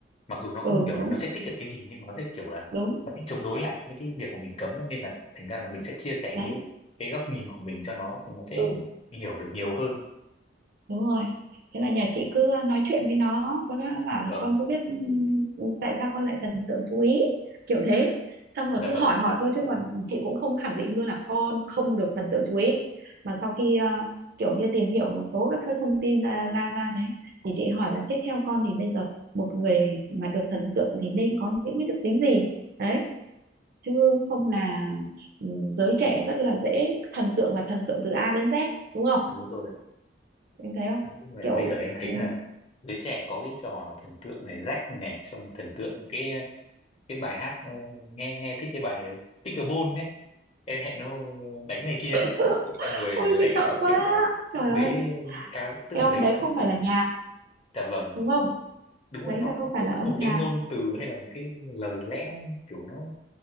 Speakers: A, on the left (about 35°); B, on the right (about 55°).
A: mặc dù nó không
B: ừ
A: hiểu
B: đúng
A: là nó sẽ thích được cái gì nhưng mà nó sẽ kiểu là
B: đúng
A: nó thích chống đối lại với cái việc mà mình cấm ấy nên là thành ra là mình sẽ chia sẻ
B: đấy
A: cái cái góc nhìn của mình cho nó thì nó sẽ
B: ừ
A: hiểu được nhiều hơn
B: đúng rồi thế là nhà chị cứ nói chuyện với nó có lẽ nó bảo
A: dạ
B: là
A: vâng
B: con có biết ừm, tại sao con lại thần tượng chú ý kiểu thế xong rồi
A: dạ
B: cứ
A: vâng
B: hỏi hỏi thôi chứ còn chị cũng không khẳng định luôn là con không được thần tượng chú ý mà sau khi ờ, kiểu như tìm hiểu một số các cái thông tin ra ra ra đấy thì chị hỏi là tiếp theo con thì bây giờ một người mà được thần tượng thì nên có những cái đức tính gì đấy chứ không là ừm, giới trẻ rất là dễ thần tượng là thần tượng từ A đến Z đúng không
A: đúng rồi
B: em thấy không
A: Nói chung là
B: kiểu
A: bây giờ em thấy
B: ừ,
A: là giới trẻ có cái trò là thần tượng này rách này xong rồi thần tượng cái cái bài hát ờ, nghe nghe thích cái bài ờ, Pickleball đấy em hẹn nó đánh này kia đấy
B: <laughs>
A: xong rồi
B: ôi
A: lại
B: chị sợ quá
A: kiểu
B: trời
A: thích mấy
B: ơi
A: ca tức
B: em
A: là mấy
B: ơi đấy không phải là nhạc
A: dạ vâng
B: đúng không
A: đúng rồi
B: đấy
A: nó,
B: đâu
A: nó
B: phải
A: không
B: là âm
A: có một cái
B: nhạc
A: ngôn từ hay là một cái lời lẽ kiểu nó